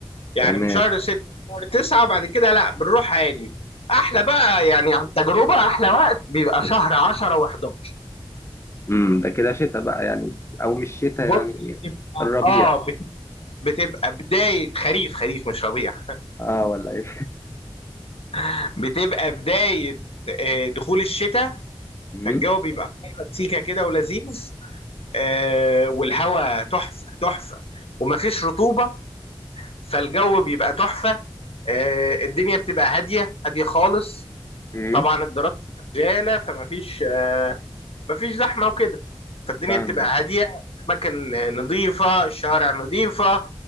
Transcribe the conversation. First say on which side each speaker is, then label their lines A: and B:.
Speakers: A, on the left; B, on the left.
A: يعني
B: تمام
A: من شهر 6 شهر 9 بعد كده لا بنروح عادي احلى بقى يعني عن تجربه احلى وقت بيبقى شهر 10 و11
B: امم ده كده شتاء بقى يعني او مش شتاء
A: بص
B: يعني
A: بتبقى
B: الربيع
A: اه بت- بتبقى بدايه خريف خريف مش ربيع
B: اه ولا ايه
A: <laughs> بتبقى بدايه آه، دخول الشتاء
B: امم
A: فالجو بيبقى بره سيكه كده ولذيذ آه، والهواء تحفه تحفه ومفيش رطوبه فالجو بيبقى تحفة آه، الدنيا بتبقى هادية هادية خالص
B: امم
A: طبعا الدراسة شغالة فمفيش آه، مفيش زحمة وكده فالدنيا
B: فاهم
A: بتبقى هادية أماكن آه، نظيفة الشوارع نظيفة